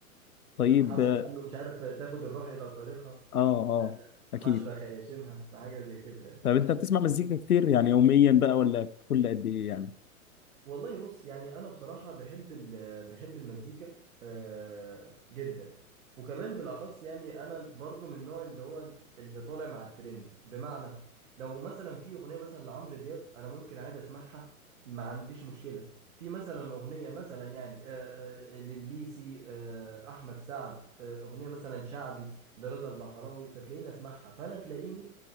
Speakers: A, on the left; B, on the right.
A: طيب
B: حصل
A: اه
B: قال له مش عارف تاخد الروح إلى طريقها
A: اه
B: آه، حشرة
A: أكيد
B: خياشمها فحاجة زي كده يعني.
A: طب أنت بتسمع مزيكا كتير يعني يوميا بقى ولا كل قد إيه يعني
B: والله بص يعني انا بصراحه بحب ال- بحب المزيكا آه، جدا وكمان بالاخص يعني انا برضو من النوع اللي هو اللي طالع مع الترند بمعنى لو مثلا في اغنيه مثلا لعمرو دياب انا ممكن عادي اسمعها ما عنديش مشكله في مثلا اغنيه مثلا يعني آه، آه، لليسي آه، احمد سعد آه، اغنيه مثلا شعبي لرضا البحراوي فتلاقيني اسمعها فانا تلاقيني